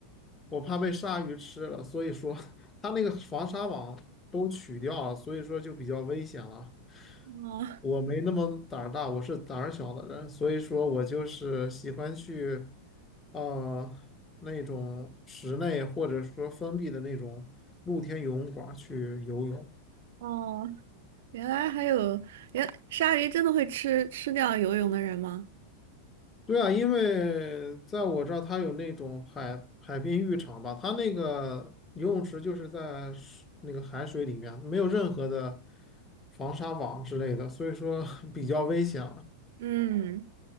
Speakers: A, on the left; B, on the right.
A: 我怕被鲨鱼吃了，所以说它那个防鲨网都取掉了，所以说就比较危险了。
B: 哦
A: 我没那么胆儿大，我是胆儿小的人，所以说我就是喜欢去，呃，那种室内或者说封闭的那种露天游泳馆去游泳。
B: 哦，<laughs> 原来还有原鲨鱼真的会吃吃掉游泳的人吗？
A: 对啊，因为在我这儿，它有那种海海滨浴场吧，它那个游泳池就是在水那个海水里面，没有任何的防沙网之类的，所以说 <laughs> 比较危险。
B: 嗯，